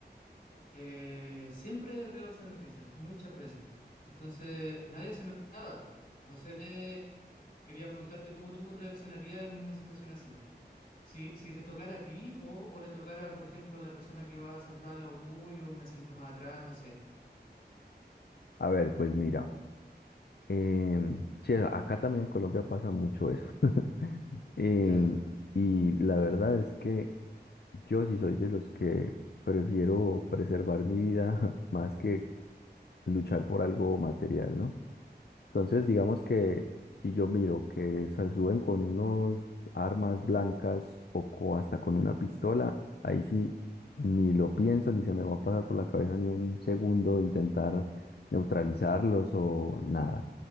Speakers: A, on the left (about 50°); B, on the left (about 65°).
A: eh, siempre veo esas noticias, muchas veces. Entonces, nadie hace nada. No sé, quería preguntarte cómo tú reaccionarías en una situación así. Si, si te tocara a ti o, o le tocara, por ejemplo, a la persona que va sentada al lado tuyo, un asiento más atrás, no sé.
B: A ver, pues mira. em, sí, acá también en Colombia pasa mucho eso. <laughs> Em,
A: Ya,
B: y la verdad es que Yo sí soy de los que prefiero preservar mi vida <laughs> más que luchar por algo material, ¿no? Entonces,
A: claro.
B: digamos que si yo miro que se suben con unos armas blancas o co- hasta con una pistola, ahí sí ni lo pienso, ni se me va a pasar por la cabeza ni un segundo intentar neutralizarlos o nada.